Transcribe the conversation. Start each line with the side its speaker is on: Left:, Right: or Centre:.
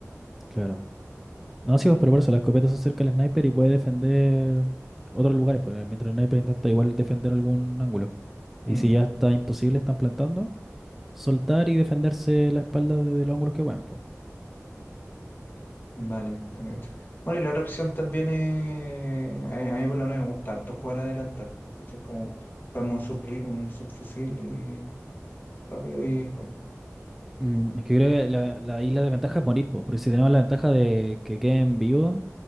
Centre: Claro. No, sí, pues, pero por eso la escopeta se acerca al sniper y puede defender otros lugares, pues, mientras el sniper intenta igual defender algún ángulo. Y
Left: Mm,
Centre: si ya está imposible, están plantando, soltar y defenderse la espalda desde los ángulos que puedan, pues.
Left: Vale. te cacho. Bueno, y la otra opción también es... A mí, a mí por lo menos me gusta harto jugar adelantar. ¿cachai? Como comprarme un, subri- un subfusil y rápido y...
Centre: Mm, Es que creo que la, la isla de ventaja es morir, pues, porque si tenemos la ventaja de que queden vivos